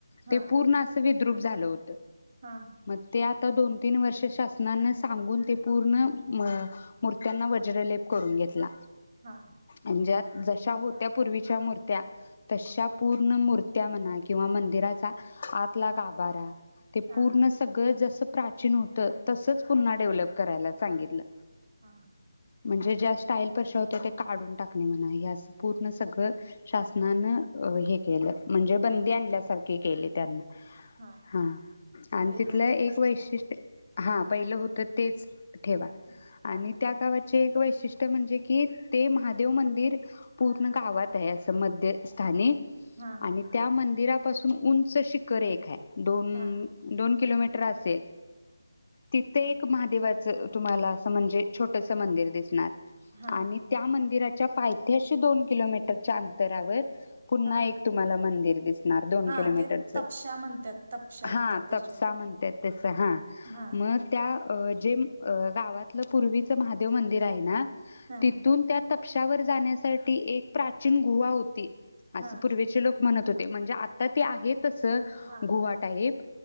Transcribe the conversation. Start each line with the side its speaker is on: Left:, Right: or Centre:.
Right: हा
Left: ते पूर्ण असविद द्रूप झालं होतं
Right: हा
Left: मग त्यात दोन तीन वर्ष शासनान सांगून ते पूर्ण मूर्त्यांना वज्रलेप करून घेतला.
Right: हा
Left: अंजात जशा होत्या पूर्वीच्या मूर्त्या तशा पूर्ण मूर त्या <unintelligible> किंवा मंदिराचा आतला गाभारा ते
Right: हा
Left: पूर्ण सगळं जस प्राचीन होतं तसंच पुन्हा डेव्हलप करायला सांगितलं.
Right: हा
Left: म्हणजे
Right: ते
Left: ज्या स्टाईल फरशा होत्या काढून टाकणे म्हणा हे आस पूर्ण सगळं शासनानं हे केलं म्हणजे बंदी
Right: पहिलं होतं
Left: आणल्यासारख
Right: ते
Left: केले त्यांना
Right: हा
Left: हा आणि
Right: पहिलं
Left: तिथलं
Right: होतं
Left: एक
Right: तेच
Left: वैशिष्ट्य
Right: ठेवा
Left: हा पहिलं होतं तेच ठेवा
Right: हा हा
Left: आणि त्या गावाचे वैशिष्ट्य म्हणजे कि ते महादेव मंदिर पूर्ण गावात आहे असं मध्यस्थानी
Right: हा.
Left: आणि त्या मंदिरापासून उंच शिखर एक आहे. दोन
Right: हा
Left: दोन किलोमीटर मीटर आसेल तिथे एक महा देवाच तुम्हाला असं म्हणजे छोटस मंदिर दिसणार
Right: हा
Left: आणि त्या मंदिरा च्या पायथ्याशी दोन किलोमीटरच्या अंतरावर पुन्हा
Right: हा
Left: एक तुम्हाला मंदी विहिर दिसणार दोन
Right: हा
Left: किलोमीटर
Right: ते
Left: च
Right: तपशा म्हणतात तपशा
Left: हा
Right: म्हणतात त्याच्यावर
Left: तपसा म्हणत्यात तेच हा
Right: हा
Left: मग त्या जे गावातलं पूर्वीच महादेव मंदिर आहे ना?
Right: हा
Left: तिथून त्या तपशी त्यावर जाण्यासाठी एक प्राचीन गुव्हा हो ती आसं
Right: हा
Left: पूर्वीची लोक म्हणत ती म्हणजे आता ते आहेत तस
Right: हा
Left: गुव्हा टाईप